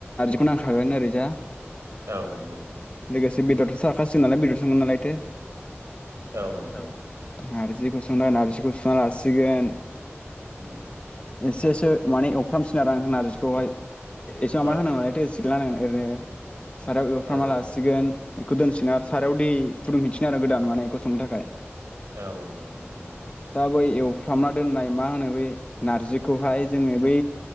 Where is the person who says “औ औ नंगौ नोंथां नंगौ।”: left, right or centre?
Right